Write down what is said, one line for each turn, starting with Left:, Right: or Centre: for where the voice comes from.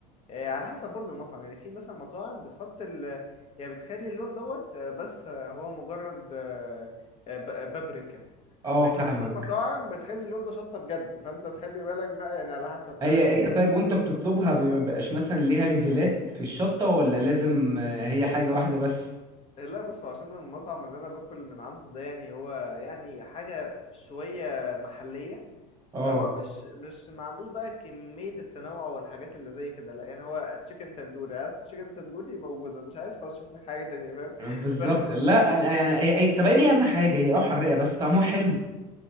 Left: آه على حسب برضو المطعم يعني في مثلا مطاعم بتحط ال يعني بتخلي اللون دوت آه، بس آه، هو مجرد آه، آه، ب- آه، بابريكا
Right: اه
Left: لكن
Right: فاهمك
Left: في مطاعم بتخلي اللون ده شطة بجد فانت تخلي بالك بقى يعني على حسب
Right: هي
Left: فاهم
Right: هي طيب وانت بتطلبها ما بيبقاش مثلا ليها ليفلات في الشطه ولا لازم آه، هي حاجه واحده بس
Left: آه، لا بص هو عشان المطعم اللي انا باكل من عنده ده يعني هو يعني حاجة شوية محلية
Right: اه
Left: فهو مش مش ما عندوش بقى كمية التنوع والحاجات اللي زي كده لا يعني هو تشيكن تندوري عايز تشيكن تندوري موجودة مش عايز خلاص شوف لك حاجة تانية فاهم
Right: بالظبط
Left: <laughs> ف...
Right: لا انا يعني أي... أي... طب ايه اهم حاجه هي اه حراقه بس طعمها حلو